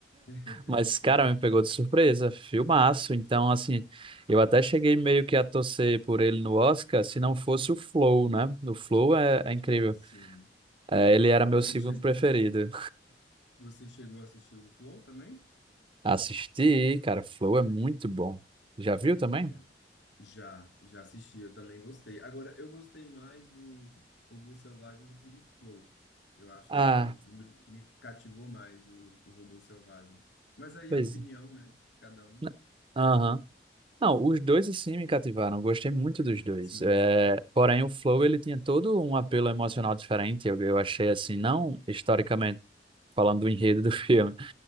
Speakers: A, on the left; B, on the right.
A: <laughs>
B: Mas,
A: sim,
B: cara, me pegou de surpresa. Filmaço. Então, assim, eu
A: massa.
B: até cheguei meio que a torcer por ele no Oscar, se não fosse o Flow, né? O Flow é, é incrível.
A: Sim.
B: É, ele era meu
A: Você,
B: segundo
A: che
B: preferido.
A: você chegou a assistir o Flow também?
B: Assisti, cara, Flow é muito bom. Já viu
A: É muito
B: também?
A: bom. Já, já assisti, eu também gostei. Agora, eu gostei mais do Robô Selvagem do que de Flow. Eu acho
B: Ah,
A: que me, Ah. me cativou mais o, o Robô Selvagem. Mas aí
B: pois.
A: é opinião, né? Cada um.
B: n- Aham.
A: Aí,
B: Não, os dois, assim, me cativaram. Gostei muito dos dois.
A: sim.
B: É, porém, o Flow, ele tinha todo um apelo emocional diferente. Eu, eu achei, assim, não historicamente falando do enredo do <laughs> filme.